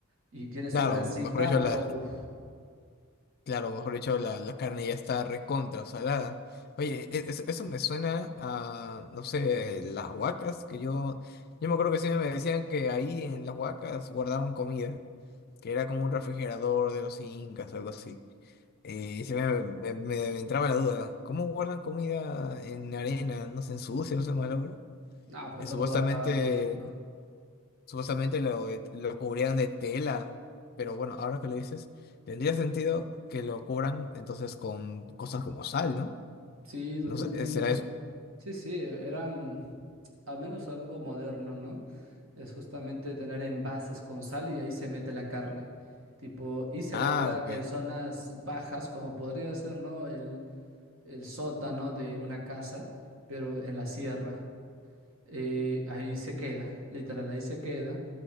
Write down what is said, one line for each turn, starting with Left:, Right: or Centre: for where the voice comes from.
Right: y tiene
Left: Claro,
Right: su grasita,
Left: o mejor dicho,
Right: pero
Left: la
Right: uff.
Left: Claro, mejor dicho, la, la carne ya está recontra salada. Oye, e- es- eso me suena a, no sé, las huacas, que yo, yo me acuerdo que siempre me decían que ahí en las huacas guardaban comida, que era como un refrigerador de los incas, algo así. Y se me, me- me entraba la duda, ¿cómo guardan comida en arena? ¿No se ensucia, no se malogra?
Right: No, pues
Left: Eh, supuestamente
Right: no lo guardaban directo.
Left: Supuestamente lo, eh, lo cubrían de tela, pero bueno, ahora que lo dices, tendría sentido que lo cubran entonces con cosas como sal, ¿no?
Right: Sí, totalmente.
Left: No sé, eh, ¿será eso?
Right: Sí, sí, eran al menos algo moderno, ¿no? Es justamente tener envases con sal y ahí se mete la carne. Tipo, y se
Left: Ah,
Right: guarda
Left: ok.
Right: en zonas bajas, como podría ser, ¿no? El, el sótano de una casa, pero en la sierra. eh, ahí se queda, literal, ahí se queda,